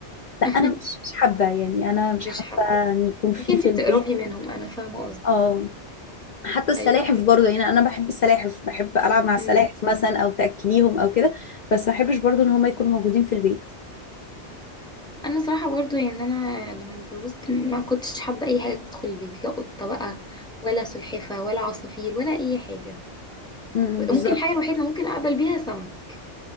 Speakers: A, on the left; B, in the centre.
A: لا
B: <laughs>
A: أنا مش مش حابة يعني أنا مش
B: مش
A: حابة
B: حابة
A: إن يكون في
B: ممكن انت
A: في
B: بتقرفي
A: البيت
B: منهم انا فاهمة قصدي
A: اه حتى السلاحف
B: ايوه
A: برضه يعني أنا بحب السلاحف بحب ألعب مع السلاحف
B: ايوه
A: مثلا أو تأكليهم أو كده بس ما بحبش برضه إن هما يكونوا موجودين في البيت
B: انا صراحه برضو يعني انا لما اتجوزت ما كنتش حابه اي حاجه تدخل البيت لا قطه بقى ولا سلحفه ولا عصافير ولا اي حاجه
A: م- م، بالظبط
B: ممكن الحاجه الوحيده اللي ممكن اقبل بيها سمك